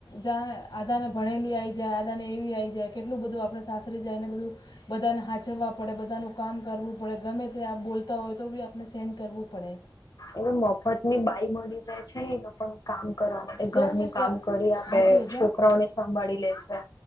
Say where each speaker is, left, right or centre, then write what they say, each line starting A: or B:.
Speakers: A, on the left; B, on the left.
A: જા આધાને ભણેલી આવી જાય આધાને એવી આવી જાય કેટલું બધું આપણે સાસરી જાય એને બધું. બધાને હાચરવા પડે બધાનું કામ કરવું. પડે ગમે ત્યાં આપ બોલતા હોય તો બી આપને સેન કરવું પડે.
B: એવ મફત ની બાઈ મળી જાય છે એ લોકો ને. કામ કરવા માટે
A: જેમ
B: ઘરનું
A: કે
B: કામ
A: કા
B: કરી આપે
A: હાચી
B: છોકરાઓને સંભાળી લે છે.